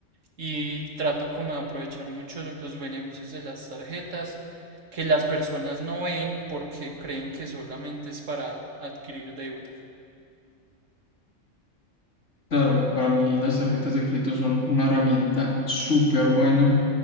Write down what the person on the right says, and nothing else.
y trato como de aprovechar mucho los beneficios de las tarjetas que las personas no ven porque creen que solamente es para adquirir deuda.